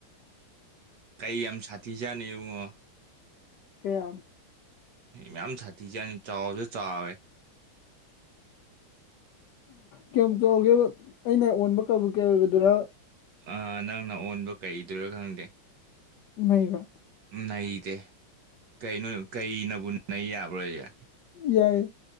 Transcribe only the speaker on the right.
ꯀꯩ ꯌꯥꯝ ꯁꯥꯊꯤꯖꯥꯠꯅꯤ ꯏꯨꯡꯉꯣ
ꯌꯥꯝ ꯁꯥꯊꯤꯤꯁꯥꯠꯅꯤ ꯆꯥꯎꯕꯁꯨ ꯆꯥꯎꯋꯦ
ꯑ ꯅꯪꯅ ꯑꯣꯟꯕ ꯀꯩꯗꯣꯏꯔꯥ ꯈꯪꯗꯦ
ꯅꯩꯗꯦ ꯀꯩꯅꯣ ꯀꯩꯅꯕꯨ ꯅꯩ ꯌꯥꯕ꯭ꯔꯣꯏꯁꯦ